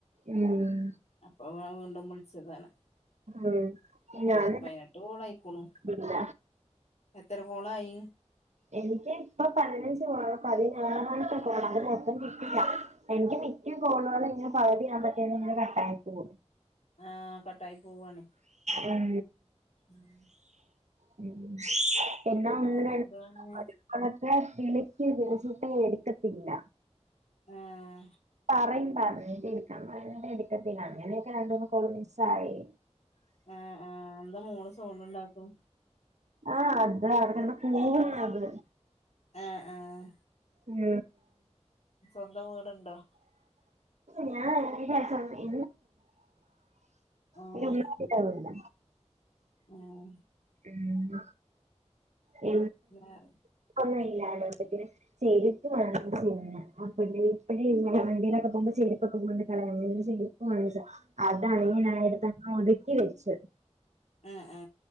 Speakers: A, on the right; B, on the left.
A: ഉം
B: അപ്പൊ വീണ്ടും വിളിച്ചതാണ്
A: ഉം
B: പത്ത്
A: ഞാൻ
B: പൈനെട്ട് കൊളയ്ക്ണു
A: ഇല്ല
B: എത്ര കോളായി
A: എനിക്ക് ഇപ്പ പതിനഞ്ച് കോള പതിനാറാമത്തേ കോളാ അത് മൊത്തം കിട്ടില്ല എനിക്ക് മിക്ക കോളുകളും ഇങ്ങനെ പകുതി ചെയ്യാൻ പറ്റ്ണ്‌ല്ല കട്ടായി പോവ
B: ആഹ് കട്ടായി പോവാണയ്
A: ഉം
B: ഉം
A: ഉം ഉം പിന്നെ ഒന്ന്
B: ആ എന്താണ്
A: <unintelligible> <unintelligible> വിളിക്ക് വിളിച്ച്ട്ട് എട്ക്കത്തില്ല
B: ആഹ്
A: പറയും പറഞ്ട്ട് എടുക്കാൻ പറയ എടുക്കത്തില്ല അങ്ങനെയൊക്കെ രണ്ടൂന്ന് കോള് മിസ്സായി
B: ആഹ് ആഹ് എന്താ മൊള് സൗണ്ട് ണ്ടാക്ണ്
A: ആഹ് അതവട കടന്ന് കൂവുന്നത്
B: ആഹ് ആഹ്
A: ഉം
B: സ്വന്തം വീട്ണ്ടോ
A: ഞാൻ <unintelligible> <unintelligible>
B: ആഹ്
A: ഇന്റെ ഉമ്മാന്റെ വീട്
B: ആഹ്
A: ഉം <unintelligible>
B: വേറെ
A: ഒന്നുല്ല അതോട് പിന്നെ ചേരുപ്പ് വാങ്ങിച്ച് കഴിഞ ആ പെണ്ണിന് <unintelligible> വണ്ടിലൊക്കെ പോമ്പോ ചെരുപ്പൊക്കെ കൊണ്ട് കളയാ അങ്ങനെ ചെയ്യും <unintelligible> അതാണെ ഇഞ്ഞ് ഞാനതടുത്ത ഒതുക്കി വെച്ചു.
B: ഹ് ആ